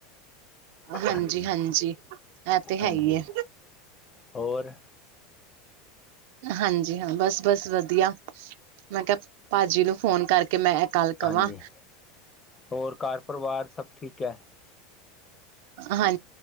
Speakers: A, on the right; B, on the left.
A: ਹਾਂਜੀ-ਹਾਂਜੀ,
B: ਹਾਂਜੀ
A: ਏਹ ਤੇ ਹੈ
B: ਹਾਂਜੀ
A: ਈ ਏ।
B: ਹੋਰ?
A: ਹਾਂਜੀ ਹਾਂ, ਬਸ-ਬਸ ਵਧੀਆ। ਮੈਂ ਕੇਹਾ, ਭਾਜੀ ਨੂੰ ਫੋਨ ਕਰਕੇ, ਮੈਂ ਏਹ ਕੱਲ ਕਵਾਂ।
B: ਹਾਂਜੀ ਹੋਰ ਘਰ ਪਰਿਵਾਰ ਸਭ ਠੀਕ ਐ?
A: ਹਾਂ